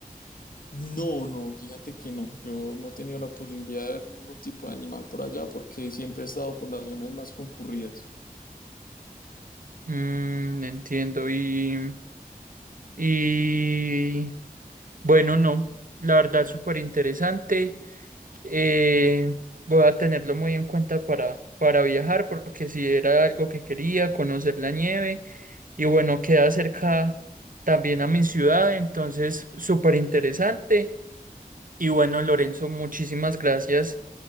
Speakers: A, on the left (about 65°); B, on the right (about 60°).
A: No, no, fíjate que no. Yo no he tenido la posibilidad de ver ningún tipo de animal por allá porque siempre he estado por las zonas más concurridas.
B: Mm, entiendo, y, y bueno, no, la verdad súper interesante. Eh, voy a tenerlo muy en cuenta para, para viajar, porque si era algo que quería, conocer la nieve, y bueno, queda cerca también a mi ciudad, entonces súper interesante. Y bueno, Lorenzo, muchísimas gracias